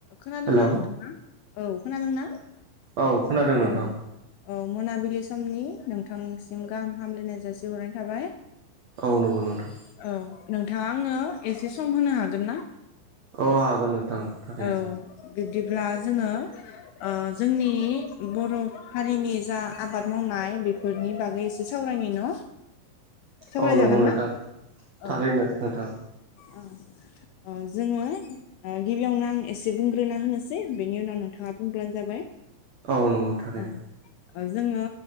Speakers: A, on the left; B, on the right.
A: खोनादोंना
B: Hello
A: नोंथाङा औ खोनादोंना
B: औ खोनादों नोंथां
A: औ औ मोनाबिलि समनि नोंथांसिम गाहाम हामलायनाय जासिहरनाय थाबाय
B: औ नंगौ नोंथां
A: औ नोंथाङा आंनो एसे सम होनो हागोन ना?
B: अ हागोन नोंथां थारैनो
A: औ बिब्दिब्ला जोङो ओ जोंनि बर' हारिनि जा आबाद मावनाय बे फोरनि बागै एसे सावरायनि न'? सावराय
B: औ नंगौ
A: जागोनना
B: नोंथां
A: औ
B: थारैनो नोंथां
A: अ अ जोङो गिबियावनो आं एसे बुंग्रोना होनोसै बेनि उनाव नोंथाङा बुंब्लानो जाबाय
B: औ नंगौ थारैनो
A: ओ ओ जोङो